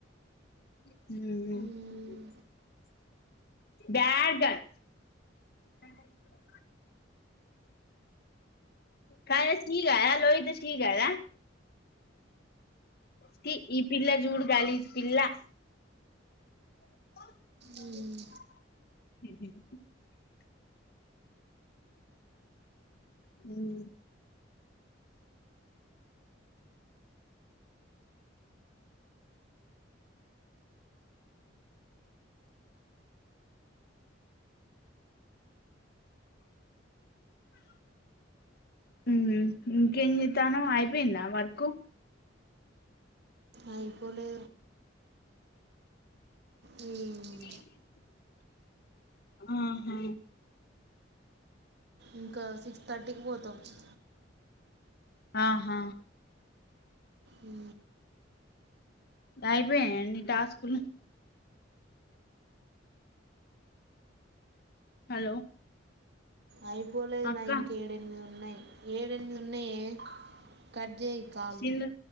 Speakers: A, on the left; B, on the right.
A: ఉ
B: మ్మ్.
A: bad girl bad girl Kavya Sri కా లోహిత శ్రీ కదా చి ఈ పిల్లా జూడు గాలిజ్ పిల్లా, <unintelligible>
B: మ్మ్.
A: ఉహు ఉ ఇంకా ఏంచేతనావు అయిపోయిందా వర్కు,
B: అయిపోలే మ్మ్.
A: <unintelligible> ఆహా
B: ఇంకా సిక్స్ థర్టీకి పోతోచ్చు,
A: ఆహా
B: ఉ
A: అయిపోయినాయ ని టాస్క్ లు హలో
B: అయిపోలేదు
A: అక్క
B: నా ఇంకా ఏడెనిమిది ఉన్నాయి. ఏడుఎ ఉన్నయే కడ్జేయి కాల్,
A: సింధు